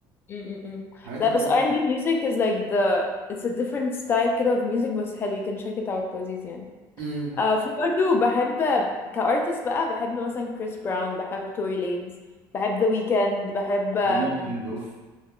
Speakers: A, on the left; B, on the right.
A: م-م-م.
B: الحاجات
A: لا
B: اللي
A: بس
B: هي
A: R&B music is like the it's a different style كده of music بس حلو you can check it out لذيذ يعني
B: امم
A: آه في برضو بحب كارتست بقى بحب مثلا كريس براون بحب توري لينز بحب ذا ويكند بحب آم،
B: ذا ويكند اوف